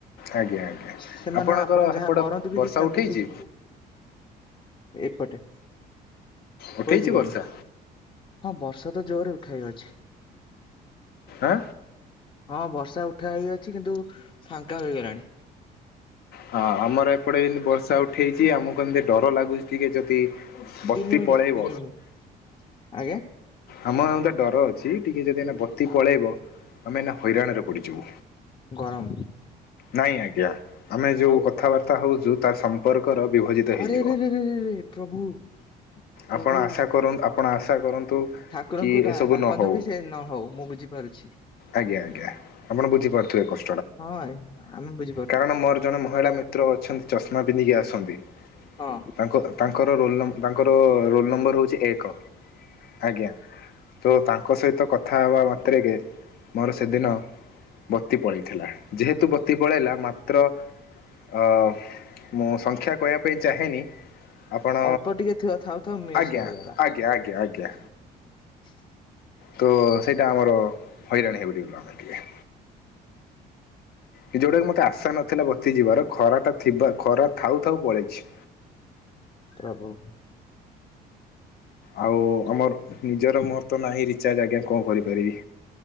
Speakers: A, on the left; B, on the left.
A: ଆଜ୍ଞା ଆଜ୍ଞା
B: ସେମାନେ
A: ଆପଣଙ୍କର
B: ଆପଣ
A: ହେପଟ
B: ଯାହା କରନ୍ତୁ ବି
A: ବର୍ଷା
B: କିଛି ତାଙ୍କୁ
A: ଉଠେଇଛି
B: କିଛି ଏପଟେ।
A: ଉଠେଇଛି
B: ହୋଇ ଯିବଣୀ
A: ବର୍ଷା
B: ହଁ ବର୍ଷା ତ ଜୋରରେ ଉଠାଇ ଅଛି।
A: ଆଁ।
B: ହଁ ବର୍ଷା ଉଠା ହେଇ ଅଛି କିନ୍ତୁ ଫାଙ୍କା ହୋଇ ଗଲାଣି।
A: ହଁ ଆମର ଏପଟେ ଇମିତି ବର୍ଷା ଉଠେଇଚି ଆମକୁ ଏମିତି ଡର ଲାଗୁଛି ଟିକେ ଯଦି। ବତି
B: ତିନି ମିନିଟ
A: ପଳେଇବ
B: ତିନି ମିନିଟ ଆଜ୍ଞା
A: ଆମ। ଡର ଅଛି ଟିକେ ଯଦି ଏଇନା ବତି ପଳେଇବ ଆମେ ଏଇନା ହଇରାଣ ରେ ପଡିଯିବୁ।
B: ଗରମ
A: ନାଇଁ ଆଜ୍ଞା। ଆମେ ଯୋଉ
B: ଆଉ
A: କଥାବାର୍ତ୍ତା ହଉଛୁ ତାର ସମ୍ପର୍କର ବିଭଜିତ
B: ଆରେ
A: ହେଇଯିବ।
B: ରେ ରେ ରେ ରେ ପ୍ରଭୁ ପ୍ରଭୁ
A: ଆପଣ ଆଶା କରନ୍ତୁ ଆପଣ ଆଶା କରନ୍ତୁ।
B: ଠାକୁରଙ୍କୁ
A: କି
B: ଡା
A: ଏସବୁ
B: ଡାକନ୍ତୁ
A: ନହଉ
B: କି ସେ ନ ହଉ ମୁଁ ବୁଝିପାରୁଛି
A: ଆଜ୍ଞା ଆ ଜ୍ଞା ଆପଣ ବୁଝି ପାରୁଥିବେ କ
B: ହଁ ଆମେ ବି।
A: କାରଣ ମୋର ଜଣେ ମହିଳା ମିତ୍ର ଅଛନ୍ତି ଚଷମା ପିନ୍ଧିକି ଆସନ୍ତି।
B: ହଁ
A: ତାଙ୍କ ତାଙ୍କର ରୋଲନ ଙ୍କର ରୋଲ ନମ୍ବର ହେଉଛି ଏକ ଆଜ୍ଞା। ତ ତାଙ୍କ ସହିତ କଥା ହେବା ମାତ୍ରେକେ ମୋର ସେଦିନ। ବତି ପଳେଇ ଥିଲା ଯେହେତୁ ବତି ପଳେଇଲା ମାତ୍ର। ଅ ମୁଁ ସଂଖ୍ୟା କହିବା ପାଇଁ ଚାହେଁନି ଆପଣ।
B: ଅଳ୍ପ ଟିକେ ଥିବ ଥାଉ ଥାଉ ମିସ୍
A: ଆଜ୍ଞା
B: ହେଇଗଲା
A: ଆଜ୍ଞା ଆଜ୍ଞା ଆଜ୍ଞା।
B: <inaudible>
A: ତ ସେଇଟା ଆମର ହଇରାଣ ହେଇଗଲୁ ଦିଏ ଆମେ ଟିକେ। କି ଯୋଉଟାକ ମତେ ଆଶା ନଥିଲା ବତି ଯିବାର ଖରା ଟା ଥିବା ଖରା ଥାଉ ଥାଉ ପଳେଇଛି।
B: ତ୍ର ବୋ।
A: ଆଉ ଆମର ନିଜର ମୋହର ତ ନାହିଁ ରି ଚାର୍ଜ ଆଜ୍ଞା କଣ କରି ପାରିବି।